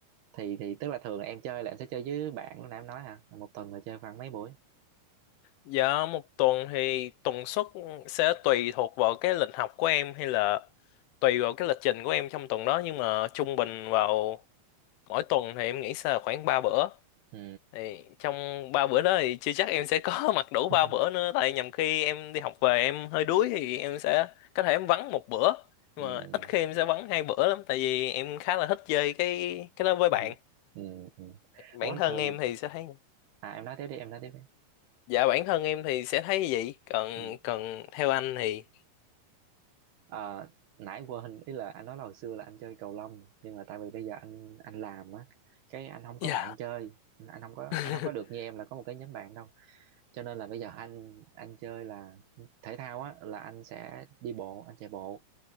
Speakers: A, on the right; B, on the left.
A: thì thì tức là thường là em chơi là em sẽ chơi với bạn lúc nãy em nói hả một tuần là chơi khoảng mấy buổi
B: dạ một tuần thì tần suất sẽ tùy thuộc vào cái lịch học của em hay là tùy vào cái lịch trình của em trong tuần đó nhưng mà trung bình vào mỗi tuần thì em nghĩ sẽ là khoảng 3 bữa
A: ừ
B: thì trong ba bữa đó thì chưa chắc em sẽ có <laughs> mặc đủ
A: ừ
B: ba bữa nữa tại nhầm khi em đi học về em hơi đuối thì em sẽ có thể em vắng một bữa nhưng
A: ừ
B: mà ít khi em sẽ vắng hai bữa lắm tại vì em khá là thích chơi cái cái đó với bạn
A: ừ ừ. ừ.
B: bản
A: ủa
B: thân
A: thường
B: em thì sẽ thấy
A: à em nói tiếp đi em nói tiếp đi
B: dạ bản thân em thì sẽ thấy như vậy còn
A: ừ.
B: còn theo anh thì
A: Ờ, nãy quên ý là anh nói là hồi xưa là anh chơi cầu lông nhưng mà tại vì bây giờ anh anh làm á cái anh không
B: dạ
A: có bạn chơi anh anh không có
B: <laughs>
A: anh không có được như em là có một cái nhóm bạn đâu cho nên là bây giờ anh anh chơi là thể thao á là anh sẽ đi bộ anh chạy bộ